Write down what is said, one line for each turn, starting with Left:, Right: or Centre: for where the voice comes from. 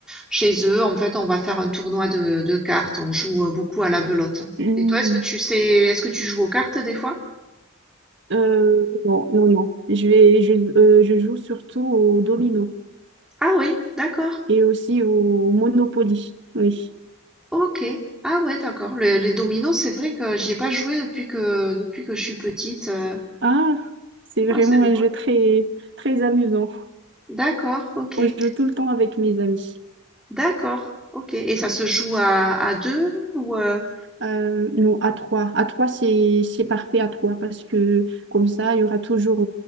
Centre: chez eux. En fait, on va faire un tournoi de, de cartes. On joue euh, beaucoup à la belote.
Right: Mm.
Centre: Et toi, est-ce que tu sais, est-ce que tu joues aux cartes des fois?
Right: Euh, non, non, non. Je vais, je, euh, je joue surtout au domino
Centre: Ah oui, d'accord.
Right: et aussi au Monopoly. Oui.
Centre: OK. Ah ouais, d'accord. Le les dominos, c'est vrai que j'y ai pas joué depuis que depuis que je suis petite, heu.
Right: Ah, c'est vraiment
Centre: Ouais, c'est rigolo.
Right: un jeu très, très amusant.
Centre: D'accord, OK.
Right: On joue tout le temps avec mes amis.
Centre: D'accord, OK et ça se joue à à deux ou, heu?
Right: Euh, non, à trois. À trois, c'est c'est parfait à trois parce que comme ça, il y aura toujours